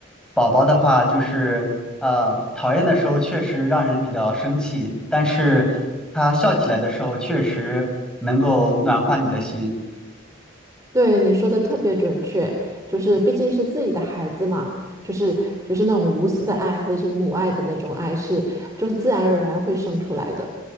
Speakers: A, in the centre; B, on the right.
A: 宝宝的话就是，呃，讨厌的时候确实让人比较生气，但是他笑起来的时候，确实能够暖化你的心。
B: 对，你说的特别准确，就是毕竟是自己的孩子嘛，就是就是那种无私的爱或者是母爱的那种爱是，就是自然而然会生出来的。